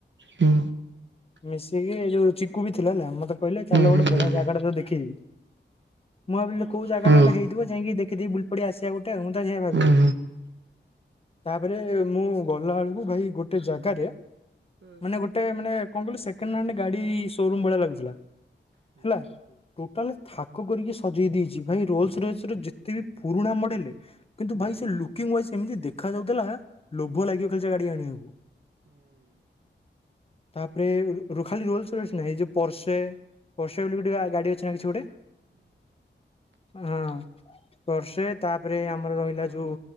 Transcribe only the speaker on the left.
ମିଶିକି ଏ ଯୋଉ ଚିକୁ ବି ଥିଲା ହେଲା ମତେ କହିଲେ ଚାଲ
ଗୋଟେ ବଢିଆ
ଜାଗା ଟା ତତେ ଦେଖେଇବି। ମୁଁ ଭାବିଲି କୋଉ ଜାଗା
ଟା ଗୋଟେ ହେଇଥିବ। ଯାଇକି ଦେଖି ଦେଇ ବୁଲି ପଡିକି ଆସିବା ଗୋଟେ଼ ମୁଁ ତ ସେଇଆ ଭାବିଲି।
ତାପରେ ମୁଁ ଗଲା ବେଳକୁ ଭାଇ ଗୋଟେ ଜାଗାରେ ମାନେ ଗୋ ଟେ ମାନେ କଣ କିଲ ସେକେଣ୍ଡ ହେଣ୍ଡ ଗାଡି ସୋ ରୁମ୍ ଭଳି ଲାଗୁଥିଲା ହେଲା। ଟୋଟାଲ ଥାକ କରିକି ସଜେଇ ଦେଇଚି ଭାଇ ରୋଲସ ରୋୟସ୍ ର ଯେତେ ବି ପୁରୁଣା ମଡ଼େଲେ କିନ୍ତୁ ଭାଇ ସେ ଲୁକିଙ୍ଗ ୱାଇଜ ଏମିତି ଦେଖା ଯାଉଥିଲା ଲୋଭ ଲାଗିବ ଖାଲି ଗାଡି ଆଣିବାକୁ। ତାପରେ ରୋ ରୋ ଖାଲି ରୋଲସରୟସ୍ ନାଇ ଏଇ ଯୋଉ ପରର୍ସେ। ପୋରସେ ବୋଲି ଟିକେ ଗାଡ଼ି ଅଛି ନା କିଛି ଗୋଟେ? ହଁ ପର୍ସେ ତାପରେ ଆମର ରହିଲା ଯୋଉ